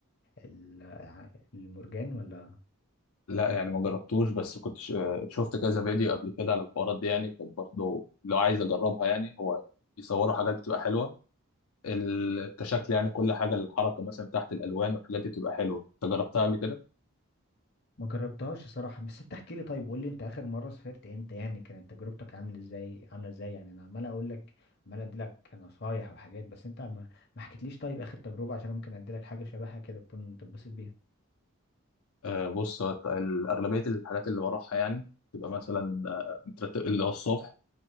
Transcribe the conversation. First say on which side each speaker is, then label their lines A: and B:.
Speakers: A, on the left; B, on the left.
A: ال- المرجان ولا
B: لا يعني ما جربتوش بس كنت ش- شفت كذا فيديو قبل كده على الحوارات دي يعني كنت برضه لو عايز اجربها يعني هو بيصوروا حاجات بتبقى حلوه ال- كشكل يعني كل حاجه الحركه مثلا تحت الالوان والحاجات دي بتبقى حلوه انت جربتها قبل كده
A: ما جربتهاش صراحة بس انت احكي لي طيب قول لي انت اخر مرة سافرت امتى يعني كانت تجربتك عامل ازاي عاملة ازاي يعني انا عمال اقول لك عمال ادي لك نصايح وحاجات بس انت ما ما حكيتليش طيب اخر تجربة عشان أنا ممكن ادي لك حاجة شبهها كده تكون تتبسط بيها
B: آه بص هو الت- اغلبيه الحاجات اللي بروحها يعني تبقى مثلا آه، مترتب اللي هو الصبح